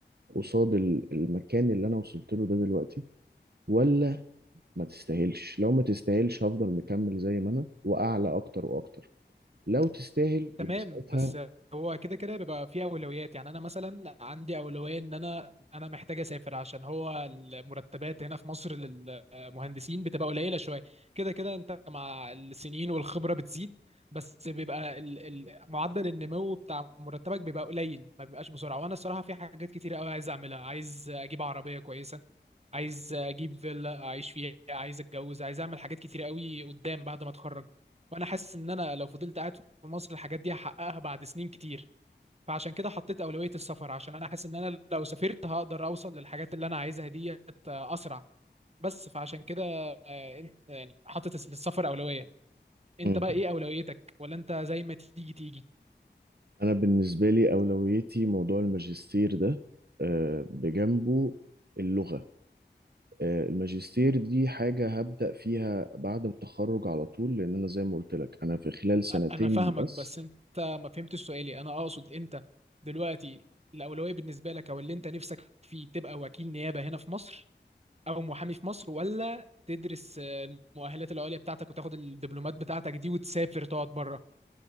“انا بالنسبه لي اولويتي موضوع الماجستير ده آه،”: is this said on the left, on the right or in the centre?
Right